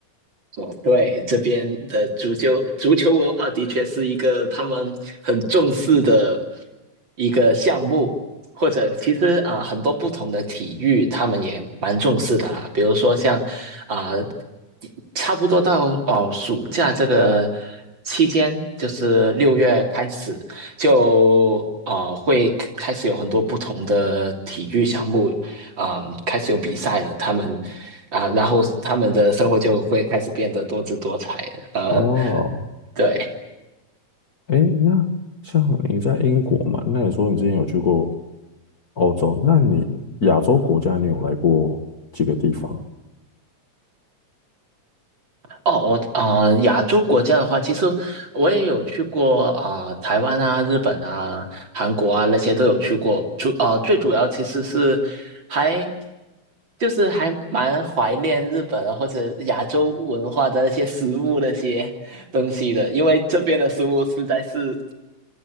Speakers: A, on the right; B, on the left.
A: 哦，对，这边的足球足球文化的确是一个他们很重视的一个项目，或者其实啊、呃很多不同的体育他们也蛮重视的啦。比如说像啊、呃差不多到哦、呃暑假这个期间，就是六月开始就啊、呃会开始有很多不同的体育项目啊、呃开始有比赛了，他们。啊，然后他们的生活就会开始变得多姿多彩。呃，
B: 哦，
A: 对，
B: 哎，那像你在英国嘛，那你说你之前有去过欧洲，那你亚洲国家你有来过几个地方？
A: 哦，我啊、呃亚洲国家的话，其实我也有去过啊、呃台湾啊、日本啊、韩国啊那些都有去过。主啊、呃最主要其实是还就是还蛮怀念日本啊或者亚洲文化的那些食物那些东西的，因为这边的食物实在是